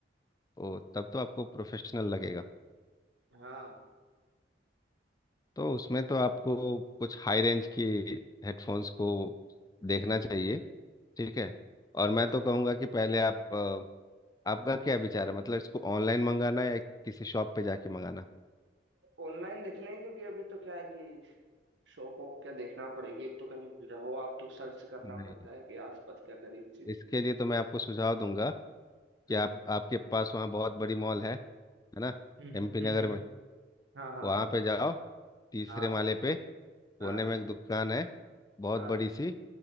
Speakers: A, on the left (about 20°); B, on the right (about 75°).
A: ओ तब तो आपको प्रोफेशनल लगेगा
B: हाँ
A: तो
B: तो
A: उसमें तो आपको कुछ हाई रेंज की हेडफोन्स को देखना चाहिए ठीक है और मैं
B: अच्छा
A: तो कहूँगा कि पहले आप आपका क्या विचार है मतलब इसको ऑनलाइन मंगाना या किसी शॉप पे जाके मंगाना
B: ऑनलाइन देख लें क्योंकि अभी तो क्या है कि शॉप वॉप क्या देखना पड़ेगी एक तो कहीं रहो आप तो सर्च करना
A: नहीं
B: पड़ता है कि आसपास क्या करी चीज
A: इसके लिए तो मैं आपको सुझाव दूंगा कि
B: हम्म
A: आप आपके पास वहाँ बहुत बड़ी मॉल है है ना
B: हम्म हम्म
A: एमपी नगर
B: हम्म।
A: में
B: हाँ हाँ
A: वहाँ
B: हाँ
A: पे जाओ तीसरे
B: हाँ
A: माले पे कोने
B: हाँ हाँ
A: में एक दुकान है बहुत
B: हाँ
A: बड़ी सी